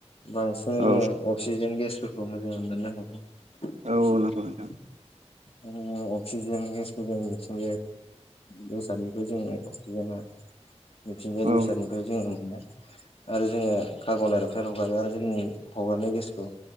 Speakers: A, on the left (about 55°); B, on the right (about 85°).
A: बांसिनै
B: औ
A: जोङो अक्सिजेन गेसफोरखौ मोजाङै मोननो हागौ।
B: औ
A: अक्सिजेन
B: नंगौ नोंथां
A: गेसखौ जोङो बेसादनिफ्राय जोंङो अक्सिजेना मिथिंगायारि
B: औ
A: बेसादनिफ्राय जोङो मोनो। आरो जोङो कार्बन डाइ अक्साइद हगारो आरो जोंनि हगारनाय गेसखौ